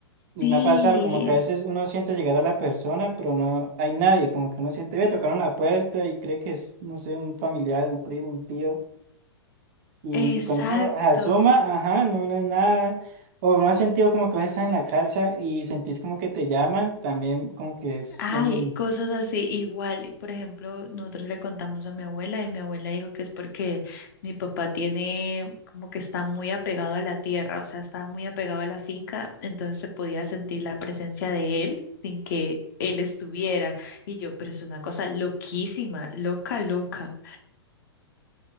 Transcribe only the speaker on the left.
Sí,
exacto.
Ay,
cosas así, igual, por ejemplo, nosotros le contamos a mi abuela y mi abuela dijo que es porque mi papá tiene como que está muy apegado a la tierra, o sea, está muy apegado a la finca, entonces se podía sentir la presencia de él sin que él estuviera. Y yo, pero es una cosa loquísima, loca, loca.